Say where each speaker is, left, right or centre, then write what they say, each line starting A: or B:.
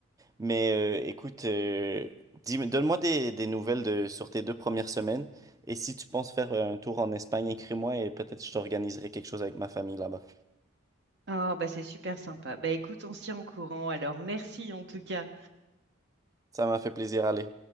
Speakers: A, on the right; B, on the right.
A: Mais euh, écoute, euh, dis- donne-moi des, des nouvelles de, sur tes deux premières semaines. Et si tu penses faire un tour en Espagne, écris-moi et peut-être je t'organiserai quelque chose avec ma famille là-bas.
B: Oh bah c'est super sympa. Bah écoute, on se tient au courant. Alors merci en tout cas.
A: Ça m'a fait plaisir, allez.